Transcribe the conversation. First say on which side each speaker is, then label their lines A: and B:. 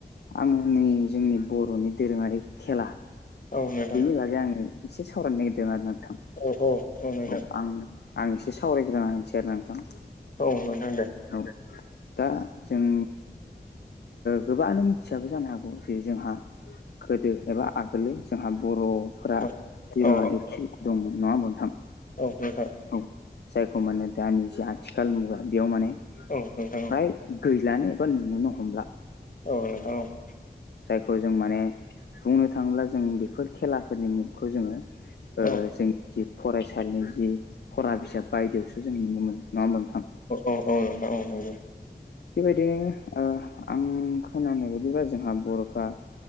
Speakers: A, on the left; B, on the left.
A: आङो नै जोंनि बर'नि दोरोङारि खेला
B: औ नोंथां
A: बेनि बागै आङो एसे सावरायनो नागिरदों आरो नोंथां
B: औ औ नोंथां
A: औ आं। आं एसे सावरायग्रोनो होनसै आरो नोंथां।
B: औ नोंथां दे
A: औ दा जों गोबाङानो मिथियाबो जानो हागौ जे जोंहा गोदो एबा आगोलनि जोंहा बर'फोरा
B: नोंथां
A: दोरोङारि
B: औ
A: खेल दंमोन नङा होमबा नोंथां
B: औ नोंथां।
A: औ जायखौ माने दानि ज आथिखाल मुगा बेयाव माने फ्राय
B: औ नोंथां
A: गैलानो एबा नुुनोनो हमला
B: औ नोंथां औ।
A: जायखौ जों माने बुंनो थाङोब्ला जों बेफोर खेलाफोरनि मुंखौ जोङो
B: औ
A: जों जि फरायसालिनि जि फरा बिजाब बायदियावसो जों नुनो मोनो नङा होमबा नोंथां।
B: अ औ औ ना नंगौ
A: बेबायदिनो आं खोनानाय बायदिब्ला जोंहा बर'फ्रा